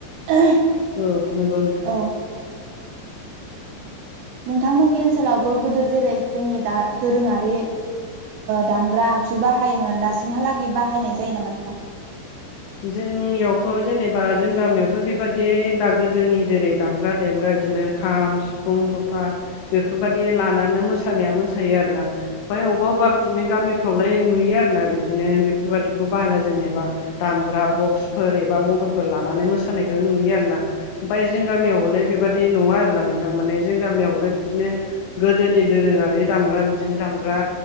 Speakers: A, on the right; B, on the left.
A: <unintelligible>
B: औ नोंगौ
A: औ नोंथांमोननि ओनसोलावबो गोदो जेरै जोंनि दा दोरोङारि दामग्रा आगजु बाहायोमोन दासिमहालागै बाहायनाय जायो नामा नोंथां?
B: जोंनियावथ' जेनेबा जों गामियावथ' बेबादि दा गोदोनि जेरै दामग्रा देग्रा बिदिनो खाम सिफुं जथा बेफोरबायाददि लानानैनो मोसानाया मोसायो आरोना। ओमफ्राय अबेबा अबेबा
A: औ
B: बिदिनो गामिफ्रावलाय नुयो आरोना बिदिनो बेफोरबादिखौ बाहायला जेनेबा दामग्रा बक्सफोर एबा मबाइलफोर लानानै मोसानायखौ नुयो आरोना। ओमफ्राय जों गामियावलाय बेबादि नङा आरोना नोंथां माने जों गामियावलाय बिदिनो गोदोनि दोरोङारि दामग्रा बिदिनो दामग्रा